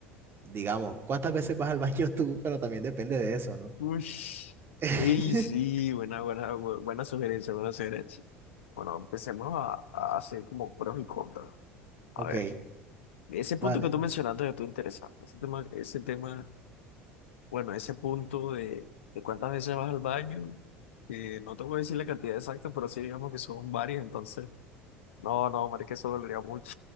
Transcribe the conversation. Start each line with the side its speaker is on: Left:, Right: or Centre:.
Right: digamos, cuántas veces vas al baño tú, <laughs> pero también depende de eso, ¿no?
Left: Uy.
Right: <laughs>
Left: Y sí, buena, buena, bu- buena sugerencia, buena sugerencia. Bueno, empecemos a, a hacer como pros y contras. A
Right: Ok,
Left: ver. Ese punto
Right: vale.
Left: que tú mencionaste de tú interesante. Ese tema, ese tema, bueno, ese punto de, de cuántas veces vas al baño, eh, no te voy a decir la cantidad exacta, pero sí digamos que son varias, entonces, no, no, marica, eso dolería mucho.